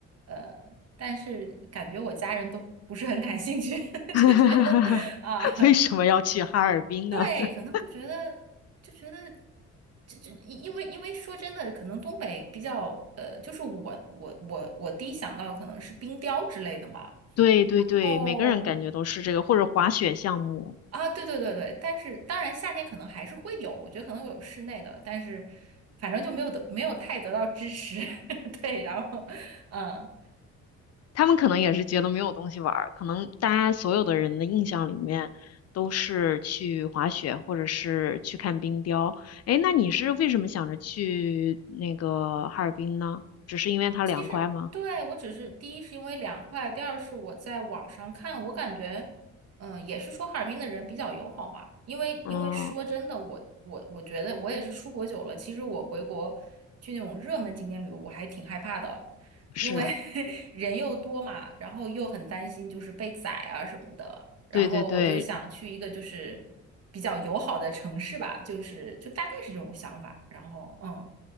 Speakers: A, on the right; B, on the left.
A: 呃，但是感觉我家人都不是很感兴趣，<laughs>
B: <laughs>
A: 就觉得啊。
B: 为什么要去哈尔滨呢？
A: 对，
B: <laughs>
A: 可能就觉得就觉得这这，因因为因为说真的，可能东北比较呃，就是我我我我第一想到的可能是冰雕之类的嘛。
B: 对对对，
A: 然后
B: 每个人感觉都是这个，或者滑雪项目，
A: 啊，对对对对，但是当然夏天可能还是会有，我觉得可能会有室内的，但是反正就没有得没有太得到支持。<laughs> 对，然后嗯。
B: 他们可能也是觉得没有东西玩儿，可能大家所有的人的印象里面都是去滑雪或者是去看冰雕。哎，那你是为什么想着去那个哈尔滨呢？只是因为它凉快吗？
A: 是对，我只是第一是因为凉快，第二是我在网上看，我感觉，嗯、也是说哈尔滨的人比较友好嘛。因为因为说真的，
B: 嗯，
A: 我我我觉得我也是出国久了，其实我回国去那种热门景点旅游，我还挺害怕的，
B: 是。
A: 因为 <laughs> 人又多嘛，然后又很担心就是被宰啊什么的。然后我就想去一个就是比较友好的城市吧，
B: 对对对
A: 就是就大概是这种想法。然后嗯，